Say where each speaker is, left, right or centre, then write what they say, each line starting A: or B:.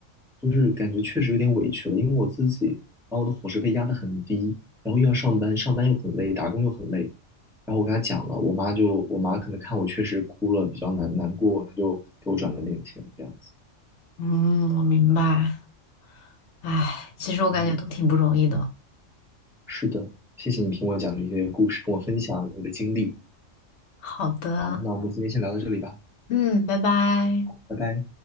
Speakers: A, in the centre; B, on the left.
A: 就是感觉确实有点委屈了，因为我自己把我的伙食费压得很低，然后又要上班，上班又很累，打工又很累。然后我跟她讲了，我妈就我妈可能看我确实哭了，比较难难过，她就给我转了点钱，这样子。
B: 嗯，我明白。唉，其实我感觉都挺不容易的。
A: 嗯，是的，谢谢你听我讲这些故事，跟我分享你的经历。
B: 好的，
A: 好，那我们今天先聊到这里吧，
B: 嗯，拜拜。
A: 拜拜。